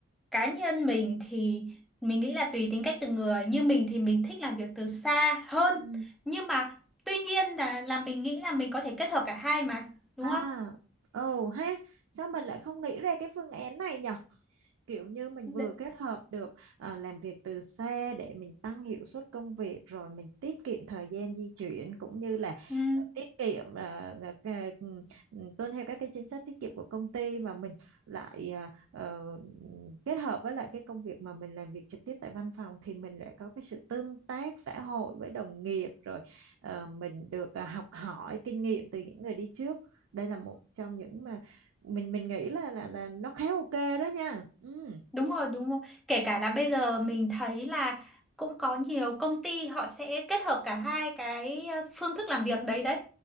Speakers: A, in the centre; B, on the right (about 75°).
A: cá nhân mình thì mình nghĩ là tùy tính cách từng người như mình thì mình thích làm việc từ xa hơn
B: ừ
A: nhưng mà tuy nhiên là là mình nghĩ là mình có thể kết hợp cả hai mà đúng
B: À,
A: không
B: ồ ha, sao mình lại không nghĩ ra cái phương án này nhỉ? kiểu như mình
A: Đ-
B: vừa kết hợp được à, làm việc từ xa để mình tăng hiệu suất công việc rồi mình tiết kiệm thời gian di chuyển cũng như là
A: ừm,
B: à, tiết kiệm à, là cái- ừ, ừ, tuân theo các cái chính sách tiết kiệm của công ty mà mình lại à, ờ, kết hợp với lại cái công việc mà mình làm việc trực tiếp tại văn phòng thì mình lại có cái sự tương tác xã hội với đồng nghiệp rồi ờ, mình được à, học hỏi kinh nghiệm từ những người đi trước đây là một trong những mà mình mình nghĩ là là là nó khá ok đó nha ừ
A: đúng rồi đúng rồi kể cả là bây giờ mình thấy là cũng có nhiều công ty họ sẽ kết hợp cả hai cái ờ, phương thức làm việc đấy đấy